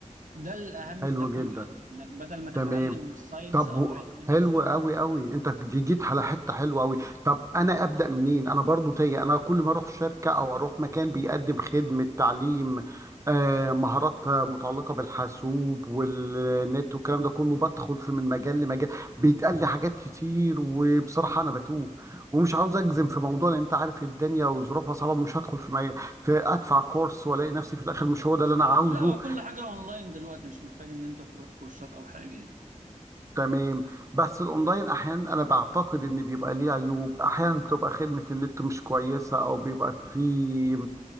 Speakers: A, on the right; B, on the right.
A: ده الأهم
B: حلو
A: في ده كله
B: جدا
A: يعني إنك بدل ما تتعلم
B: تمام
A: ساينس
B: طب
A: أو
B: و-
A: علم نفسه
B: حلو قوي قوي انت ج- جيت على حته حلوه قوي طب
A: مم.
B: انا ابدا منين انا برضو تايه انا كل ما اروح شركه او اروح مكان بيقدم خدمه تعليم آه، مهارات آه، متعلقه بالحاسوب والنت والكلام ده كله بدخل في من مجال لمجال بيتقال لي حاجات كتير وبصراحه انا بتوه ومش عاوز اجزم في موضوع لان انت عارف الدنيا وظروفها صعبه مش هدخل في, مي... في ادفع كورس والاقي نفسي في الاخر مش هو ده اللي انا عاوزه
A: لا هو كل حاجة أونلاين دلوقتي مش محتاج إن أنت تروح كورسات أو حاجة يعني
B: تمام بس الاونلاين احيانا انا بعتقد ان بيبقى ليه عيوب احيانا بتبقى خدمة النت مش كويسة او بيبقى فيه